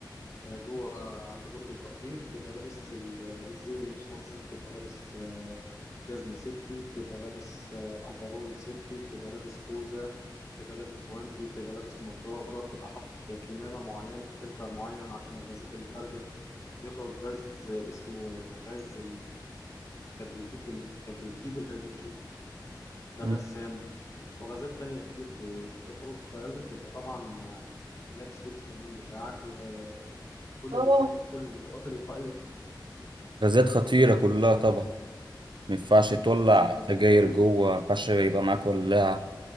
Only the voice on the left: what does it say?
آه، جوه عند برج التقطير بتبقى لابس ال- الزي المخصص بتبقى لابس آه، جزمة سيفتي بتبقى لابس آه، افرول سيفتي بتبقى لابس خوذة بتبقى لابس جوانتي بتبقى لابس نظارة بتبقى حاطط كمامة معينة بفلتر معين عشان الغازات اللي خارجة بيخرج غاز اسمه غاز كبريتيت ال- كبريتيد الهيدروجين ده
غسام وغازات تانية كتير ب- بتخرج فلازم تبقى طبعا آه، لابس لبس الأمان بتاعك وكل
اللي واخد كل الإجراءات الوقائية
غازات